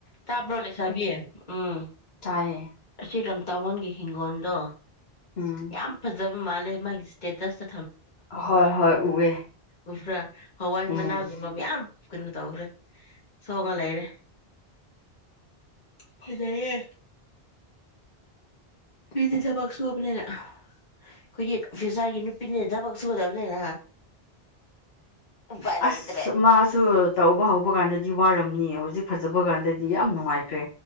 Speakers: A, on the left; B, on the left.
A: ꯇꯥꯕ꯭ꯔꯣ ꯂꯩꯁꯥꯕꯤ ꯎꯝ
B: ꯇꯥꯏꯌꯦ
A: ꯁꯤꯔꯝ ꯇꯥꯋꯟꯒꯤ ꯍꯤꯡꯒꯣꯜꯗꯣ
B: ꯎꯝ
A: ꯌꯥꯝ ꯐꯖꯩ ꯃꯥꯜꯂꯦ ꯃꯥꯒꯤ ꯁ꯭ꯇꯦꯇꯁ
B: ꯍꯣꯏ ꯍꯣꯏ ꯎꯋꯦ
A: ꯎꯕ꯭ꯔꯥ ꯍꯋꯥꯏ
B: ꯎꯝ
A: ꯃꯅꯥꯒꯨꯝꯕ ꯃꯌꯥꯝ ꯀꯩꯅꯣ ꯇꯧꯈ꯭ꯔꯦ ꯁꯣꯡꯉ ꯂꯩꯔꯦ ꯐꯖꯩꯌꯦ ꯃꯤꯗꯤ ꯊꯕꯛ ꯁꯨꯕꯅꯤꯅ ꯑꯩꯈꯣꯏꯗꯤ ꯑꯣꯐꯤꯁꯥꯔꯒꯤ ꯅꯨꯄꯤꯅꯤꯅ ꯊꯕꯛ ꯁꯨꯗꯕꯅꯤꯅ ꯎꯄꯥꯏ ꯂꯩꯇ꯭ꯔꯦ
B: ꯑꯁ ꯃꯥꯁꯨ ꯇꯧꯕ ꯍꯧꯕ ꯀꯥꯟꯗꯗꯤ ꯋꯥꯔꯝꯅꯤ ꯍꯧꯖꯤꯛ ꯐꯖꯕ ꯀꯥꯟꯗ ꯗꯤ ꯌꯥꯝ ꯅꯨꯡꯉꯥꯏꯈ꯭ꯔꯦ